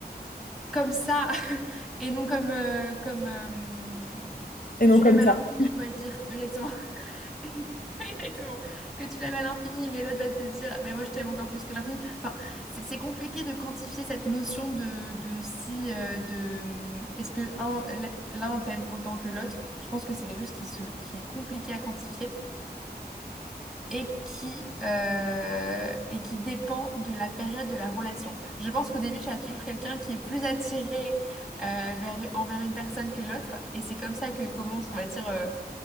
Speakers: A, in the centre; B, on the left (about 55°).
A: comme ça <laughs> et non comme, euh, comme euh,
B: Et
A: que
B: non
A: tu
B: comme
A: l'aimes à
B: ça.
A: l'infini, on va dire, exactement. <laughs> Exactement. Que tu l'aimes à l'infini, mais l'autre va te dire, mais moi je t'aime encore plus que l'infini. Enfin, c'est c'est compliqué de quantifier cette notion de, de si, euh, de hum, est-ce que un, l'un t'aime autant que l'autre? Je pense que c'est quelque chose qui se, qui est compliqué à quantifier et qui, euh, et qui dépend de la période de la relation. Je pense qu'au début, tu as toujours quelqu'un qui est plus attiré euh, vers, envers une personne que l'autre, et c'est comme ça que commence, on va dire. euh,